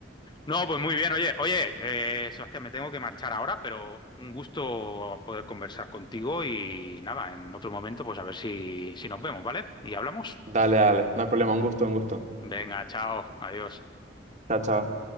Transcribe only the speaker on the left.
No, pues muy bien, oye, oye, eh, Sebastián, me tengo que marchar ahora, pero un gusto poder conversar contigo y nada, en otro momento, pues a ver si, si nos vemos, ¿vale? Y hablamos.
Venga, chao, adiós.